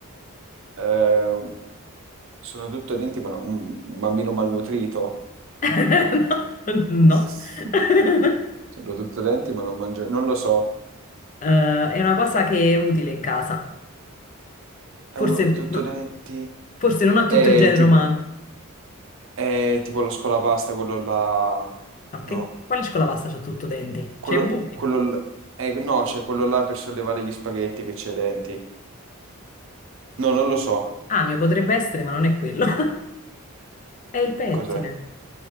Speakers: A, on the right; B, on the left.
A: Eh, sono tutto denti, ma no- un, un bambino malnutrito.
B: <laughs> No.
A: <laughs>
B: <laughs>
A: Sono tutto denti, ma non mangio. Non lo so.
B: Eh, è una cosa che è utile in casa.
A: È
B: Forse,
A: uno tutto
B: no-
A: denti.
B: forse non a tutto
A: È
B: il genere
A: tipo,
B: umano.
A: è tipo lo scolapasta, quello là.
B: Ok,
A: No,
B: quale scuola pasta c'ha tutto denti?
A: quello,
B: C'è i buchi.
A: quello l- eh, no, c'è quello là per sollevare gli spaghetti che c'è i denti. No, non lo so.
B: Amio potrebbe essere, ma non è quello. <laughs> È il pettine,
A: Cos'è?